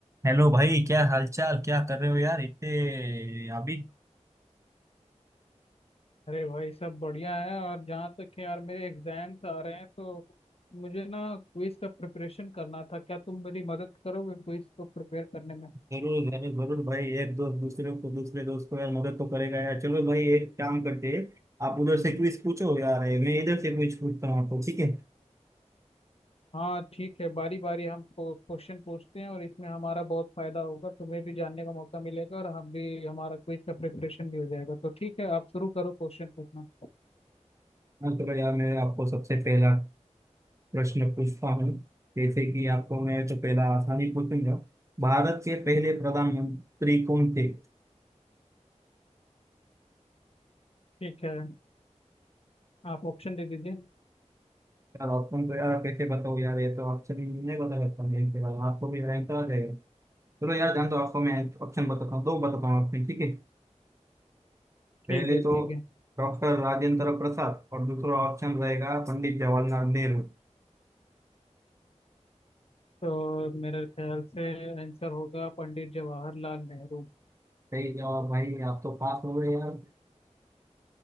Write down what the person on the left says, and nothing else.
अरे भाई सब बढ़िया है और जहाँ तक है यार मेरे एग्जाम्स आ रहे हैं तो मुझे ना क्विज का प्रिपरेशन करना था क्या तुम मेरी मदद करोगे क्विज को प्रिपेयर करने में
हाँ ठीक है बारी बारी हम क्वेश्चन पूछते हैं और इसमें हमारा बहुत फायदा होगा तुम्हें भी जानने का मौका मिलेगा और हम भी हमारा क्विज का प्रिपरेशन भी हो जाएगा तो ठीक है आप शुरू करो क्वेश्चन पूछना
ठीक है आप ऑप्शन दे दीजिए
ठीक है
ठीक है
तो मेरे ख्याल से आंसर होगा पंडित जवाहरलाल नेहरू